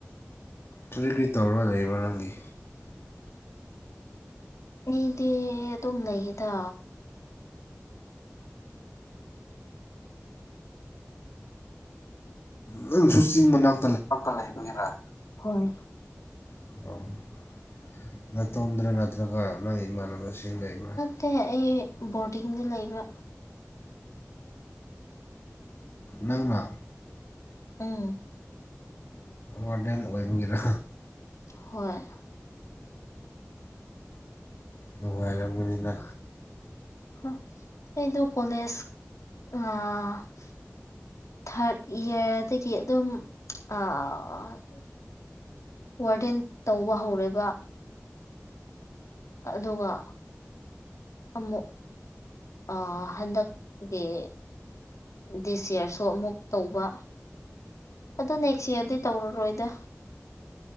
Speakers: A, on the left; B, on the left.
A: ꯀ꯭ꯔꯤ ꯀ꯭ꯔꯤ ꯇꯧꯔ ꯂꯩꯕ꯭ꯔꯣ ꯅꯪꯒꯤ
B: ꯑꯩꯗꯤ ꯑꯗꯨꯝ ꯂꯩꯌꯦꯗ
A: ꯅꯪꯁꯨ ꯆꯤꯡ ꯃꯅꯥꯛ
B: ꯇꯝꯗ ꯂꯩꯕꯒꯤꯔ ꯍꯣꯢ
A: <unintelligible> ꯅꯇꯣꯝꯗ꯭ꯔ ꯅꯠꯇ꯭ꯔꯒ ꯅꯪ ꯏꯃꯥꯟꯅꯕꯁꯤꯡ ꯂꯩꯕ꯭ꯔꯥ
B: ꯇꯦ ꯑꯩ ꯕꯣꯔꯗꯤꯡꯗ ꯂꯩꯕ
A: ꯅꯪꯔ
B: ꯎꯝ
A: ꯋꯥꯔꯗꯦꯟ ꯑꯣꯏꯕꯒꯤꯔ
B: ꯍꯣꯏ
A: ꯅꯨꯡꯉꯥꯏꯔꯝꯒꯅꯤꯗ
B: <unintelligible> ꯑꯩꯗꯨ ꯀꯣꯂꯦꯁ <unintelligible> ꯊꯥꯔꯠ ꯏꯌꯔꯗꯒꯤ ꯑꯗꯨꯝ <unintelligible> ꯋꯥꯔꯗꯦꯟ ꯇꯧꯕ ꯍꯧꯔꯦꯕ ꯑꯗꯨꯒ ꯑꯃꯨꯛ <unintelligible> ꯍꯟꯗꯛꯀꯤ ꯗꯤꯁ ꯏꯌꯔꯁꯨ ꯑꯃꯨꯛ ꯇꯧꯕ ꯑꯗꯨ ꯅꯦꯛꯁ ꯏꯌꯔꯗꯤ ꯇꯧꯔꯔꯣꯏꯗ